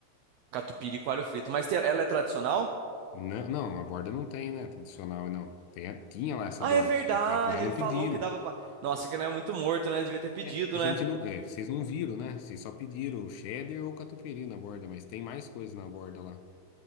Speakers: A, on the right; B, on the left.
A: Catupiry e alho frito. Mas te- ela é tradicional?
B: Não, não, a borda não tem, né? Tradicional, não. Tem, a- tinha lá essa
A: Ah,
B: borda.
A: é verdade.
B: É, é que nós não
A: Ele falou
B: pedimos.
A: que dava pra. Nossa, que não é muito morto, né? Devia ter pedido,
B: É, a gente
A: né?
B: não, é, vocês não viram, né? Vocês só pediram o cheddar ou o catupiry na borda, mas tem mais coisa na borda lá.